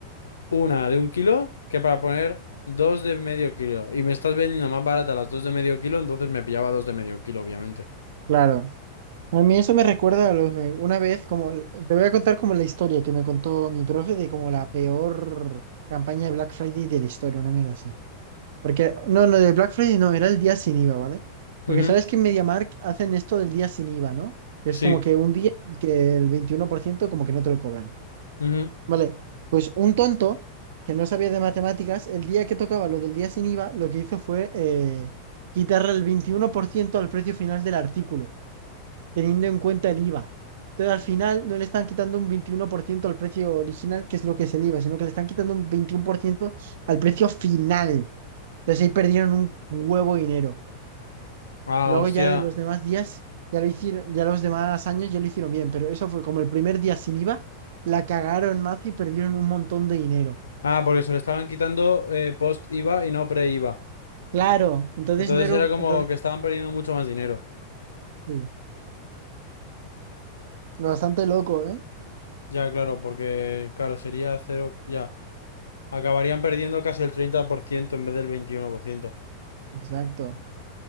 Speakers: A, on the left; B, on the right.
A: una de un kilo que para poner dos de medio kilo. Y me estás vendiendo más barata las dos de medio kilo, entonces me pillaba dos de medio kilo, obviamente.
B: Claro. A mí eso me recuerda a lo de una vez, como te voy a contar como la historia que me contó mi profe de como la peor campaña de Black Friday de la historia, una mierda así. Porque, no, no, de Black Friday no, era el día sin IVA, ¿vale? Porque
A: Ujú,
B: sabes que en MediaMarkt hacen esto del día sin IVA, ¿no? Que
A: Sí.
B: es como que un día en el que el 21% como que no te lo cobran.
A: ujú.
B: Vale, pues un tonto que no sabía de matemáticas, el día que tocaba lo del día sin IVA, lo que hizo fue eh, quitarle el 21% al precio final del artículo, teniendo en cuenta el IVA. Entonces al final no le están quitando un 21% al precio original, que es lo que es el IVA, sino que le están quitando un 21% al precio final. Entonces ahí perdieron un huevo de dinero.
A: Ah,
B: Y luego
A: hostia.
B: ya de los demás días, ya lo hicieron, ya los demás años ya lo hicieron bien, pero eso fue como el primer día sin IVA, la cagaron más y perdieron un montón de dinero.
A: Ah, porque se lo estaban quitando eh, post IVA y no pre IVA.
B: Claro, entonces
A: Entonces
B: no era
A: era
B: un,
A: como
B: entonces,
A: que estaban perdiendo mucho más dinero.
B: sí, bastante loco, ¿eh?
A: Ya, claro, porque, claro, sería cero. Ya. Acabarían perdiendo casi el 30% en vez del 21%.
B: Exacto,